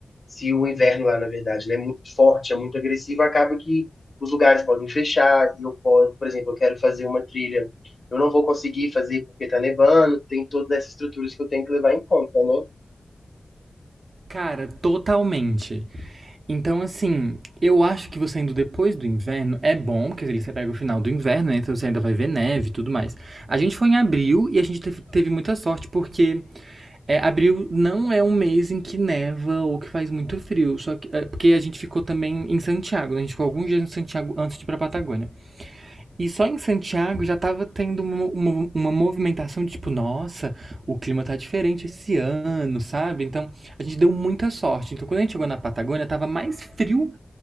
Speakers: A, on the left (about 45°); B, on the right (about 70°).
A: se o inverno lá, na verdade, né, é muito forte, é muito agressivo, acaba que os lugares podem fechar, eu posso, por exemplo, eu quero fazer uma trilha, eu não vou conseguir fazer porque tá nevando, tem todas essas estruturas que eu tenho que levar em conta, né?
B: Cara, totalmente. Então, assim, eu acho que você indo depois do inverno é bom, porque ali você pega o final do inverno, né? Então você ainda vai ver neve e tudo mais. A gente foi em abril e a gente teve, teve muita sorte, porque é, abril não é um mês em que neva ou que faz muito frio. Só que, é, porque a gente ficou também em Santiago, né? A gente ficou alguns dias em Santiago antes de ir pra Patagônia. E só em Santiago já estava tendo uma, uma, uma movimentação de tipo, nossa, o clima tá diferente esse ano, sabe? Então a gente deu muita sorte. Então quando a gente chegou na Patagônia, tava mais frio